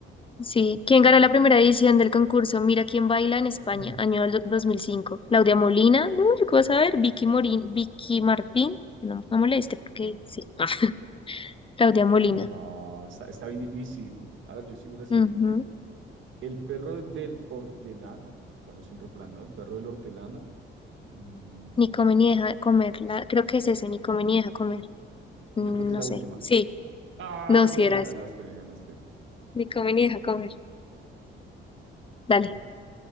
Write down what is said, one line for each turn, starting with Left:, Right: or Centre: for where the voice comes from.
Left: Sí, ¿quién ganó la primera edición del concurso Mira quién baila en España,
Right: <clears throat>
Left: año del do- dos mil cinco. Claudia Molina, no, yo qué vas a ver, Vicky Morín, Vicky Martín, no, no moleste porque sí, ah, Claudia Molina,
Right: No, está, está bien difícil. A ver, yo sigo la siguiente.
Left: ujú,
Right: El perro del hortelano, bueno, es un refrán, ¿no? El perro del hortelano. mm,
Left: Ni come ni deja comer, la, creo que es ese, ni come ni deja comer, Mm,
Right: yo creo que
Left: no
Right: es la
Left: sé,
Right: última.
Left: sí,
Right: Ah,
Left: no, sí
Right: no,
Left: era
Right: me ganaste,
Left: ese,
Right: me ganaste.
Left: ni come ni deja comer, dale,
Right: Ok.